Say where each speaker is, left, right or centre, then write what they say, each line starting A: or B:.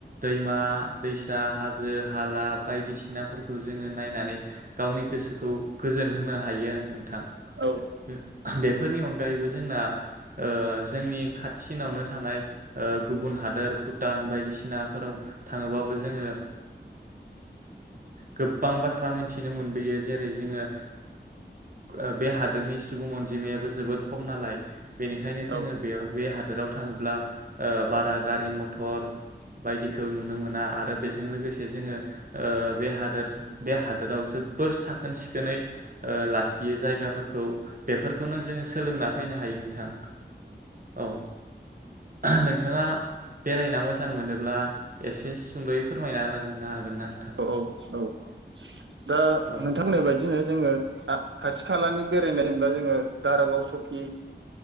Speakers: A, on the right; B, on the right.
A: दैमा दैसा हा जो हाला बायदिसिनाफोरखौ जोङो नायनानै गावनि गोसोखौ गोजोन होनो हायो नोंथां।
B: औ
A: बे-बेफोरनि अन गायैबो जोंना ओ जोंनि खाथिसिनावनो थानाय ओ गुबुन हादोर भुटान बायदिसिनाफोराव थाङोबाबो जोङो ओ गोबां बा थ्रा मिथिनो मोनबोयो जेरै- जोङो ओ ओ बे हादोरनि सुबुं अनजिमायाबो जोबोर खम नालाय बेनिखायनो जोङो
B: औ
A: हादोराव थाङोब्ला ओ बारा गारि मथर बायदिखौ नुनो मोना आरो बेजों लो गोसे जोङो ओ बे हादोर बे हादोराव जोबोर साखोन सिखोनै ओ लाखियो जायगाफोरखौ बेफोरखौनो जोङो सोलोंना फैनो हायो नोंथां। औ <unintelligible> नों थाङा बेरायना मोजां मोनो ब्ला एसे सुंद'यै फोरमायना होलां ना हागोन ना नोंथां?
B: औ औ <inaudible> दा
A: औ
B: नोंथां होननाय बायदिनो जोङो आ खाथि खालानि बेरायनाय जेनेब्ला जोङो दारागाव सकि